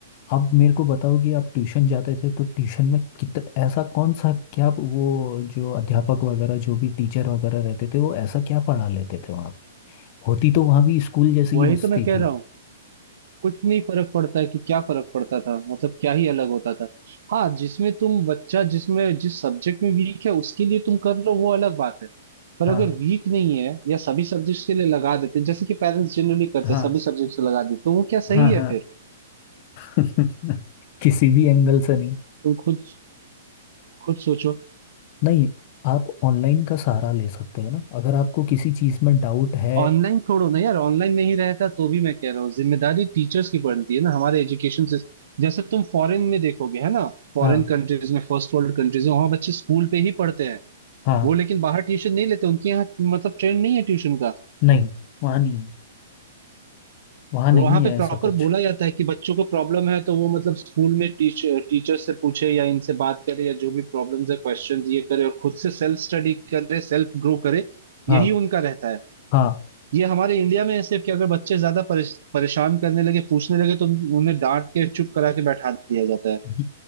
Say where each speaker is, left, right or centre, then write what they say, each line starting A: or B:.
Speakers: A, on the left; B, on the right.
A: आप मेरे को बताओ कि आप ट्यूशन जाते थे तो ट्यूशन में कितना ऐसा कौन सा क्या वो जो अध्यापक वगैरह जो भी टीचर वगैरह रहते थे वो ऐसा क्या पढ़ा लेते थे वहाँ पे होती तो वहाँ भी स्कूल जैसी
B: वही
A: ही मस्ती
B: तो मैं कह
A: थी
B: रहा हूँ कुछ नहीं फर्क पड़ता है कि क्या फर्क पड़ता था मतलब क्या ही अलग होता था हाँ जिसमें तुम बच्चा जिसमें जिस सब्जेक्ट में वीक है उसके लिए तुम कर लो वो अलग बात है पर
A: हाँ
B: अगर वीक नहीं है या सभी सब्जेक्ट्स के लिए लगा देते जैसे कि पेरेंट्स जनरली करते
A: हाँ
B: हैं, सभी सब्जेक्ट्स को लगा देते तो वो क्या
A: हाँ
B: सही है
A: हाँ
B: फिर
A: <laughs> किसी भी एंगल से नहीं
B: तुम खुद खुद सोचो
A: नहीं आप ऑनलाइन का सहारा ले सकते हो ना अगर आपको किसी चीज़ में डाउट है
B: ऑनलाइन छोड़ो ना यार ऑनलाइन नहीं रहता तो भी मैं कह रहा हूँ जिम्मेदारी टीचर्स की बनती है ना हमारे एजुकेशन से जैसे तुम फॉरेन में देखोगे है ना फॉरेन
A: हाँ
B: कंट्रीज में फर्स्ट वर्ल्ड कंट्रीज में वहां बच्चे स्कूल पे ही पढ़ते हैं
A: हाँ
B: वो लेकिन बाहर ट्यूशन नहीं लेते उनके यहाँ मतलब ट्रेंड नहीं है ट्यूशन का
A: नहीं वहाँ नहीं है वहाँ
B: और
A: नहीं
B: वहां पे
A: है ऐसा
B: प्रॉपर
A: कुछ
B: बोला जाता है कि बच्चों को प्रॉब्लम है तो वो मतलब स्कूल में टीचर टीचर से पूछे या इनसे बात करे या जो भी प्रॉब्लम्स है क्वेश्चन ये करे और खुद से सेल्फ स्टडी करे सेल्फ ग्रो करे
A: हाँ
B: यही उनका रहता है
A: हाँ
B: ये हमारे इंडिया में है सिर्फ कि अगर बच्चे ज्यादा परेश, परेशान करने लगे पूछने लगे तो उन- उन्हें डांट के चुप करा के बैठा दिया जाता है
A: ये